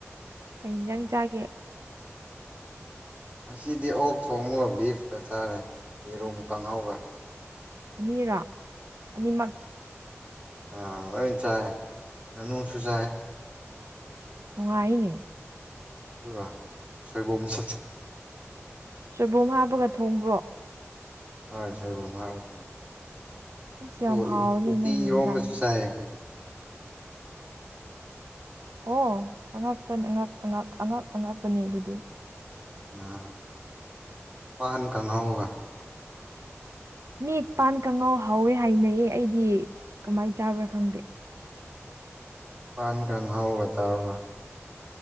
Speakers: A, on the right (about 75°); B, on the right (about 25°).
A: ꯀꯩ ꯅꯪꯖꯟ ꯆꯒꯦ
B: ꯉꯁꯤꯗꯤ ꯑꯣꯛ ꯊꯣꯡꯉꯨꯒ ꯕꯤꯐꯀ ꯆꯥꯔꯦ ꯌꯦꯔꯨꯝ ꯀꯥꯡꯪꯍꯥꯎꯒ
A: ꯑꯅꯤꯔꯣ ꯑꯅꯤꯃꯛ
B: ꯑ ꯂꯣꯏ ꯆꯥꯏ ꯃꯅꯨꯡꯁꯨ ꯆꯥꯏ
A: ꯅꯨꯡꯉꯥꯏꯅꯦ
B: ꯑꯗꯨꯒ ꯁꯣꯏꯕꯨꯝꯁꯨ ꯆꯥꯏ
A: ꯁꯣꯏꯕꯨꯝ ꯍꯥꯞꯄꯒ ꯊꯣꯡꯕ꯭ꯔꯣ
B: ꯍꯣꯏ ꯁꯣꯏꯕꯨꯝ ꯍꯞꯔꯒꯆꯥꯏ ꯑꯗꯨꯒ
A: ꯑꯁ ꯌꯥꯝ ꯍꯥꯎꯔꯅꯤ
B: ꯎꯇꯤꯏꯔꯣꯝ
A: ꯅꯪꯒꯤ ꯏꯟꯖꯥꯡꯗꯤ
B: ꯑꯃꯁꯁꯨ ꯁꯥꯏ ꯑꯩꯈꯣꯏꯗꯤ
A: ꯑꯣꯉꯥꯛꯅꯤ ꯑꯉꯛ-ꯑꯉꯛꯄꯅꯤ ꯑꯗꯨꯗꯤ
B: ꯎꯝ ꯄꯟ ꯈꯪꯍꯧꯒ
A: ꯃꯤꯄꯥꯟ ꯀꯪꯉꯥꯎ ꯍꯥꯎꯋꯦ ꯍꯥꯏꯅꯩꯌꯦ ꯑꯩꯗꯤ ꯀꯃꯥꯏ ꯆꯥꯕ꯭ꯔꯥ ꯈꯪꯗꯦ
B: ꯄꯥꯟꯒꯍꯥꯎꯔꯒ ꯇꯧꯔꯒ